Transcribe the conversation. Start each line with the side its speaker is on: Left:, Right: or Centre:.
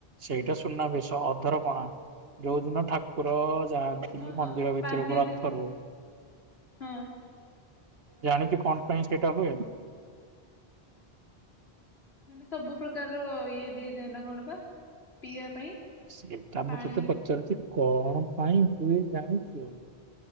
Right: ସେଇଟା ସୁନା ବେଶ ଅଧର ପଣା ଯୋଉଦିନ ଠାକୁର ଏ ଯାଆନ୍ତି
Left: ହଁ ହଁ
Right: ମନ୍ଦିର ଭିତରକୁ
Left: ପାନୀୟ
Right: ରଥ
Left: ନି
Right: ରୁହେ।
Left: ହଁ
Right: ଜାଣିଛୁ କଣ ପାଇଁ ସେଟା ହୁଏ?
Left: ମାନେ ସବୁ ପ୍ରକାରର ଇଏ ଦିଆଯାଏ ନା କଣ ପିଇବା ପାଇଁ?
Right: ସେଇଟା ମୁଁ
Left: ପାଣି
Right: ତତେ ପଚାରୁଛି କଣ? କାଇ ପାଇଁ ହୁଏ ଜାଣିଚୁ।